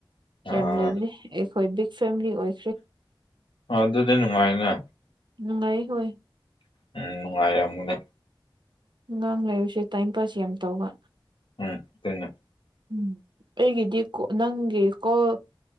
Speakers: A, on the left (about 70°); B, on the right (about 60°).
A: ꯑꯥ
B: ꯌꯥꯝ ꯂꯩꯕꯅꯦ ꯑꯩꯈꯣꯏ ꯕꯤꯛ ꯐꯦꯃꯤꯂꯤ ꯑꯣꯏ
A: ꯑꯗꯨꯗꯤ ꯅꯨꯡꯉꯥꯏꯅꯦ
B: ꯅꯨꯡꯉꯥꯏꯌꯦ ꯍꯣꯏ
A: ꯎꯝ ꯅꯨꯡꯉꯥꯏꯔꯝꯒꯅꯦ
B: ꯑꯉꯥꯡ ꯂꯩꯕꯁꯦ ꯇꯥꯏꯝ ꯄꯥꯁ ꯌꯥꯝ ꯇꯧꯕ
A: ꯎꯝ ꯀꯩꯅꯣ
B: ꯎꯝ ꯑꯩꯒꯤꯗꯤ ꯅꯪꯒꯤ ꯀꯣꯜ